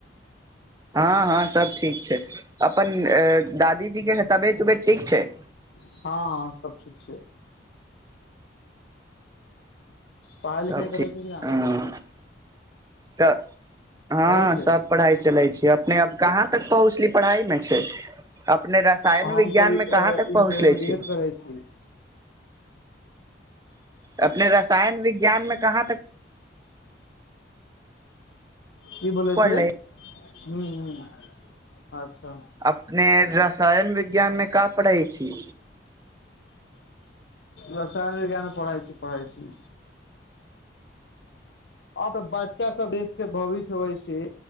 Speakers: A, on the right; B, on the left.
A: हँ- हँ सब ठीक छै। अपन अ दादीजीके तबियत उबियत ठीक छैय।
B: हँ- हँ सब ठीक छैय। पढ़ाइ लिखाइ
A: सब
B: करै
A: ठीक
B: छी की न।
A: हँ तऽ हँ
B: करै छै
A: सब पढ़ाइ चलै छैय, अपने अब कहाँ तक पहुँचली पढ़ाईमे छैय अपने रस सायन
B: हम
A: विज्ञानमे
B: तऽ अभी
A: कहाँ तक पहुँचले
B: इंटरमीडिएट
A: छी।
B: करै छी।
A: अपने रसायन विज्ञानमें कहाँ तक
B: की बोलय
A: पढ़ले
B: छैय हूँ- हूँ, अच्छा।
A: अपने रसायन विज्ञानमें क पढ़ै छी।
B: रसायन विज्ञान पढ़इ छी, पढ़इ छी। हँ तऽ बच्चा सब देशके भविष्य होइ छैय,